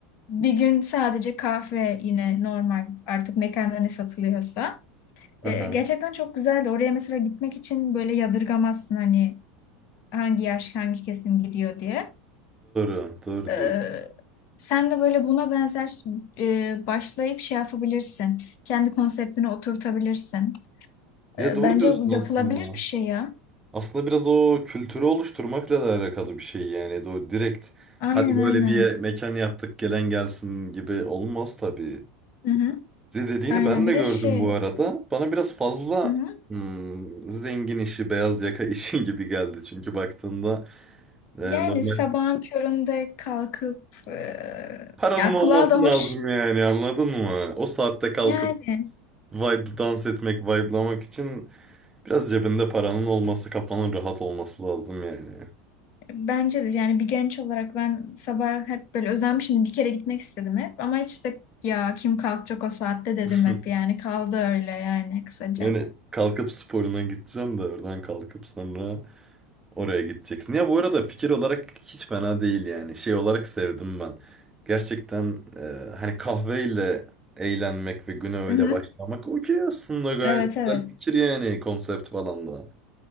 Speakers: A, on the left; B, on the right.
A: Bir gün sadece kahve yine normal artık mekanda ne satılıyorsa. Ee,
B: Aha,
A: gerçekten çok güzeldi. Oraya mesela gitmek için böyle yadırgamazsın hani hangi yaş hangi kesim gidiyor diye.
B: Doğru, doğru
A: Ee,
B: diyor.
A: sen de böyle buna benzer e, başlayıp şey yapabilirsin. Kendi konseptini oturtabilirsin.
B: Ya
A: Ee,
B: doğru
A: bence
B: diyorsun aslında.
A: yapılabilir bir şey ya.
B: Aslında biraz o kültürü oluşturmakla da alakalı bir şey yani. Do direkt
A: Aynen
B: hadi böyle
A: aynen.
B: bir ye- mekan yaptık gelen gelsin gibi olmaz tabii.
A: Hı hı.
B: De dediğini
A: Aynen
B: ben
A: bir
B: de
A: de
B: gördüm
A: şey.
B: bu arada. Bana biraz fazla
A: Hı hı.
B: hmm, zengin işi, beyaz yaka işi <laughs> gibi geldi. Çünkü baktığında e,
A: Yani
B: normal
A: sabahın köründe kalkıp e,
B: paranın
A: ya
B: olması
A: kulağa da
B: lazım
A: hoş.
B: yani anladın mı? O saatte kalkıp
A: Yani
B: vibe dans etmek, vibe'lamak için biraz cebinde paranın olması, kafanın rahat olması lazım yani.
A: bence de yani bir genç olarak ben sabah hep böyle özenmişim. Bir kere gitmek istedim hep ama hiç de ya kim kalkacak o saatte dedim
B: <laughs>
A: hep yani kaldı öyle yani kısaca.
B: Yani kalkıp sporuna gideceksin de oradan kalkıp sonra oraya gideceksin. Ya bu arada fikir olarak hiç fena değil yani. Şey olarak sevdim ben. Gerçekten e, hani kahveyle eğlenmek ve güne öyle
A: Hı hı.
B: başlamak okey aslında gayet
A: Evet
B: güzel
A: evet.
B: fikir yani konsept falan da.